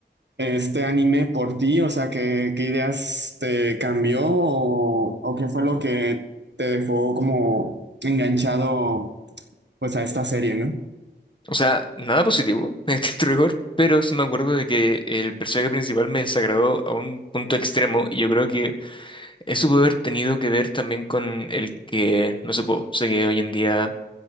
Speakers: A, on the right; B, on the left.
A: este anime por ti? O sea, ¿qué, qué ideas te cambió o, o qué fue lo que te dejó como enganchado pues a esta serie, ¿no?
B: O sea, nada positivo <laughs> en este rigor, pero sí me acuerdo de que el personaje principal me desagradó a un punto extremo y yo creo que eso puede haber tenido que ver también con el que, no sé, po, sé que hoy en día